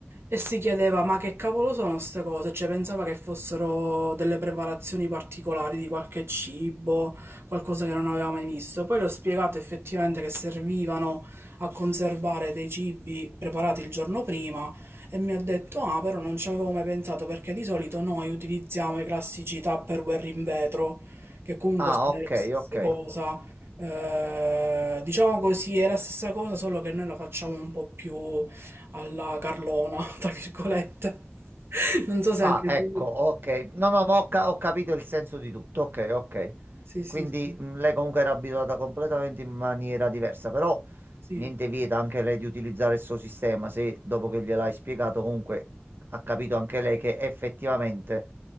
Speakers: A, on the right; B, on the right.
A: e si chiedeva: Ma che cavolo sono queste cose? Cioè, pensava che fossero delle preparazioni particolari di qualche cibo, qualcosa che non aveva mai visto. Poi le ho spiegato effettivamente che servivano a conservare dei cibi preparati il giorno prima. E mi ha detto: Ah, però non ci avevo mai pensato perché di solito noi utilizziamo i classici Tupperware in vetro, che comunque
B: Ah,
A: sono
B: ok,
A: la stessa
B: ok.
A: cosa, eh, diciamo così, è la stessa cosa, solo che noi la facciamo un po' più alla Carlona, <laughs> tra virgolette. Non so se
B: Ah,
A: anche
B: ecco,
A: tu.
B: ok. No, no, ma ho, ca- ho capito il senso di tutto. Ok, ok.
A: Sì, sì,
B: Quindi
A: sì.
B: mh, lei comunque era abituata completamente in maniera diversa, però
A: Sì,
B: niente vieta anche lei di utilizzare il suo sistema, se dopo che gliel'hai spiegato comunque ha capito anche lei che effettivamente